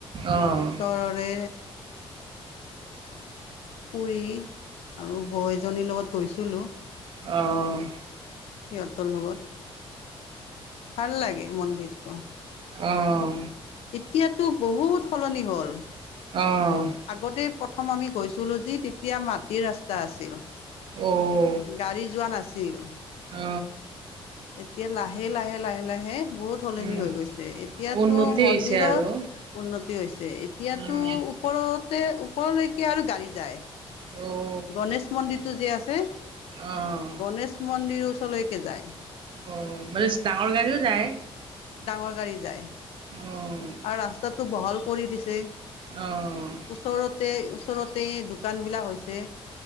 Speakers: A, on the left; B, on the right.
A: আমাৰ
B: অ', উম,
A: ওচৰৰে।
B: অ',
A: খুৰী আৰু বৌ এজনীৰ লগত গৈছিলোঁ।
B: অহ।
A: সিহঁতৰ লগত, ভাল লাগে মন্দিৰটো।
B: অহ
A: এতিয়াতো বহুত সলনি হ'ল।
B: অহ
A: আগতে প্ৰথম আমি গৈছিলো যি তেতিয়া মাটিৰ ৰাস্তা আছিল
B: অ
A: গাড়ী যোৱা নাছিল।
B: অ
A: এতিয়া লাহে লাহে লাহে লাহে বহুত সলনি
B: উম,
A: হৈ গৈছে, এতিয়াটো
B: উন্নতি
A: মন্দিৰত
B: হৈছে আৰু
A: উন্নতি হৈছে এতিয়াটো
B: উম,
A: ওপৰতে ওপৰলৈকে আৰু গাড়ী যায়।
B: উম
A: গণেশ মন্দিৰটো যি আছে।
B: অ',
A: গণেশ মন্দিৰ ওচৰলৈকে যায়।
B: অ বেছ ডাঙৰ গাড়ীও যায়।
A: ডাঙৰ গাড়ী যায়।
B: অ'
A: আৰু ৰাস্তাটো বহল কৰি দিছে।
B: অ'
A: ওচৰতে, ওচৰতে দোকান বিলাক হৈছে